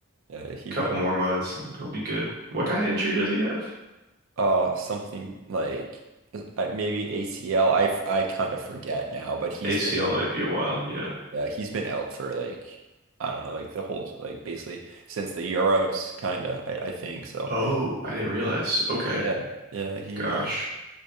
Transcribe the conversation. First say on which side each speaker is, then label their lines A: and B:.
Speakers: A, on the right; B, on the right.
A: Yeah, he
B: Couple
A: will.
B: more months and he'll be good. What kind of
A: yeah.
B: injury does he have?
A: Oh, something like uh, maybe ACL. I I kind of forget now, but he's
B: ACL
A: been
B: might be a while, yeah.
A: Yeah, he's been out for like I don't know, like the whole like basically since the Euros kinda, I, I think. So
B: Oh, I didn't realize. Okay.
A: yeah, yeah, he
B: Gosh,
A: uh